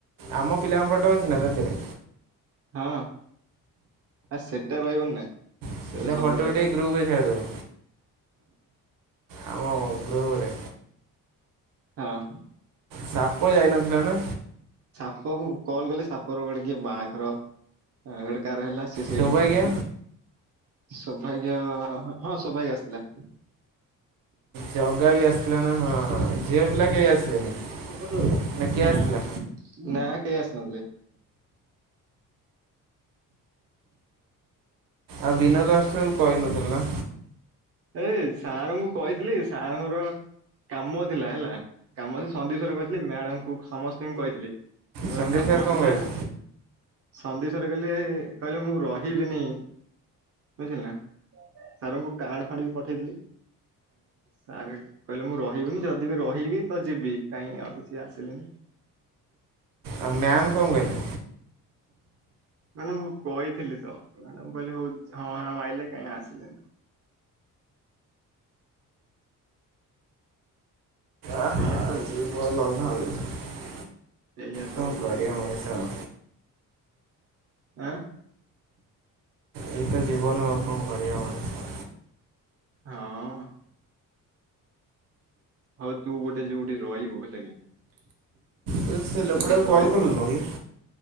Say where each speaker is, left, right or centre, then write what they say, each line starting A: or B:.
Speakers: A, on the right; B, on the right.
A: ଆମ ଫିଲାମ ଫଟ ଅଛି ନା ତ ଏଥିରେ
B: ହଁ ଆ ସେଟା ରହିବନି ନା
A: ଏଇଟା
B: ସେରେ ସାବୁ
A: ଫଟୋ
B: ରା
A: ଉଠେଇ ଗ୍ରୁପରେ ଛାଡ଼ିଦବୁ ଆମ ଗ୍ରୁପରେ
B: ହଁ
A: ସାପ ଯାଇନ ହେ ନା
B: ସାପ କ କଣ କଲେ ସାପର ଗୋଟେ କିଏ ବାହାଘର ଗୋଟେ କାହାର ହେଲା। ସେ ସେଠଥିଲା।
A: ସୌଭାଗ୍ୟ
B: ସୌଭାଗ୍ୟ ହଁ ସୌଭାଗ୍ୟ ଆସିଥିଲା।
A: ଯୋଗା ବି ଆସଥିଲା ନା? ହଁ ଝିଅ ପିଲା କେହି ଆସିଲେନି
B: ଁ
A: ନା କିଏ ଆସିଥିଲା?
B: ନା ପେ ଆସନଲେ
A: ଆଉ ବିନୋଦ ରାଷ୍ଟ୍ର କହିନଥିଲ ନା?
B: ଏଇ ସାର୍ ଙ୍କୁ କହିଥିଲି ସାର୍ଙ୍କର କାମ ଥିଲା ହେଲା କାମ ଥିଲା ସନ୍ଦଶଵର କହିଥିଲି ମ୍ୟାଡମ କ ସମସ୍ତଙ୍କୁ କହିଥିଲି। ଆଉ ତର
A: ସନ୍ଦୀପ
B: କାମ
A: ସାର୍ କଣ
B: ଥିଲା।
A: କହିଲେ
B: ସନ୍ଦିପ ସାର କହିଲେ କହିଲେ ମୁଁ ରହିବିନି ବୁଝିଲ ନା ସାରଙ୍କୁ କାର୍ଡ କାର୍ଡ ଫାର୍ଡ ବି ପଠେଇଥିଲି ସାର କହିଲେ ମୁଁ ରହିବିନି ଯଦି ବି ରହିବି ତ ଯିବି କାଇଁ ଆଉ କିଛି ଆସିଲେନି
A: ଆଉ ମ୍ୟାମ କଣ କହିଲେ
B: ମ୍ୟାଡମକୁ କହିଥିଲି ତ ମ୍ୟାଡାମ କହିଲି ହଉ ହଁ ହଁ ଆଇଲେ କାଇଁ ଆସିଲେ ନାହିଁ
A: ଆହା
B: ଏଇଆ ତ ଆଉ
A: <inaudible>
B: ଏଇଆ
A: କଣ
B: ତ ଆଉ
A: କରିବା
B: ଏଇ କଥା
A: ମଣିଷ ଆଉ।
B: ଏଁ।
A: ଏଇ ତ ଜୀବନ ଆଉ କଣ କରିବା ମଣିଷ।
B: ହଁ। ହଉ ତୁ ଗୋଟେ ଯୋଉଠି ରହିବୁ ହେଲା କି।
A: ତ ସେ ଲୋକଟାକୁ
B: ତୁ ଯୋଉଠି
A: କଲ
B: ରହିବୁ
A: କଲୁନୁ
B: ମତେ
A: କି?